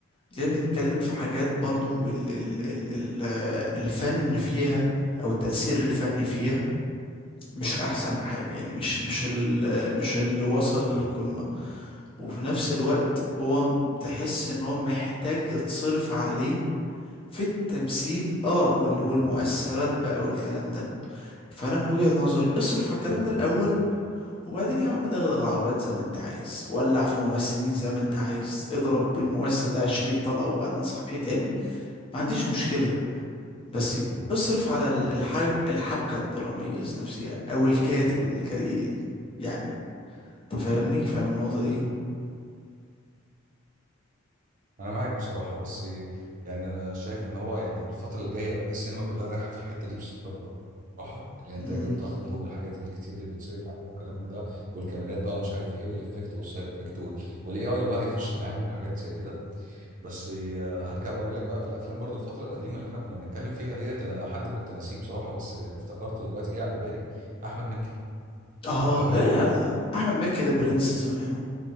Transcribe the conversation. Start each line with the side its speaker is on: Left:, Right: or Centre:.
Left: جاي بتتكلم في حاجات برضو ال ال ال ال آه، الفن فيها او التأثير الفني فيها مش احسن حاجة يعني مش
Right: م-
Left: مش ال مش اللي وصل
Right: م-
Left: للقمة وفي نفس الوقت هو تحس ان هو محتاج يتصرف عليه في التمثيل اه وال والمؤثرات
Right: م-
Left: بقى والكلام ده فانا من وجهة نظري اصرف على الكلام
Right: مم.
Left: ده الاول وبعدين يا عم دغدغ عربات زي ما انت عايز ولع في ممثلين زي ما انت عايز اضرب بالممثل ده عشرين طلقة وبعدين صحيه تاني ما عنديش مشكلة بس
Right: مم.
Left: اصرف على ال-
Right: مم.
Left: الحب الحبكة الدرامية نفسها أو الكاتب اللي كان ي- يعني تفهمني فاهم النقطة دي
Right: انا معاك بصراحه بس يعني انا شايف ان هو يعني الفتره اللي جايه السينما كلها رايحه في الحته دي بصراحه الانتاج
Left: مم.
Right: الضخم والحاجات الكتير اللي بتصرف عليها والكلام من ده والكاميرات بقى ومش عارف ايه والافكت والسايد افكت والاي اي بقى هيخش معاهم وحاجات زي كده بس آه، هرجع بقى اقول لك بقى في الافلام برضو الفتره القديمه اللي احنا كنا بنتكلم فيها ديت انا حد كنت ناسيه بصراحه بس افتكرته دلوقتي جه على بالي احمد مكي
Left: اه
Right: احمد
Left: ايه
Right: مكي
Left: أحمد مكي ده برنس زمانه